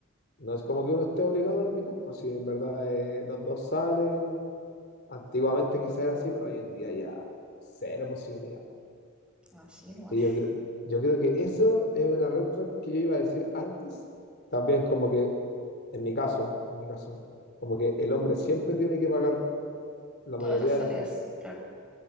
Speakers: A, on the left; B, in the centre.
A: no es como que uno esté obligado a invitar, pues si en verdad eh, los dos salen, antiguamente quizás era así, pero hoy en día ya cero posibilidad. po.
B: Así nomás.
A: Sí, yo creo, yo creo que eso es una red flag que yo iba a decir antes, también como que En mi caso, en mi caso, como que el hombre siempre tiene que pagar la
B: Todas
A: mayoría
B: las salidas,
A: de las veces.
B: claro.